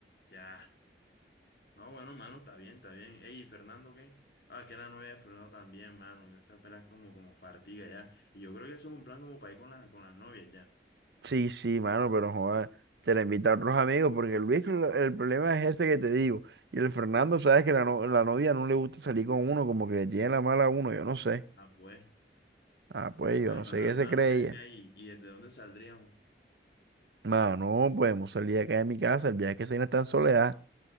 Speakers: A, on the left (about 60°); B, on the right (about 70°).
A: ya. Ah, bueno, mano, está bien, está bien. Ey, ¿y Fernando qué? Ah, que la novia de Fernando también, mano. Ya esa pela es como, como fartiga ya. Y yo creo que eso es un plan como para ir con las, con las novias ya.
B: Sí, sí, mano, pero joder, te la invita a otros amigos, porque el Luis, lo- el problema es ese que te digo. Y el Fernando, sabes que la, no- la novia no le gusta salir con uno, como que le tiene la mala a uno, yo no sé.
A: Ah, pues.
B: Ah, pues
A: Bueno,
B: yo no sé
A: ajá,
B: qué
A: mano,
B: se cree
A: ven acá
B: ella.
A: y, y ¿desde dónde saldríamos?
B: Mano, podemos salir acá de mi casa, el viaje que se no está en soledad.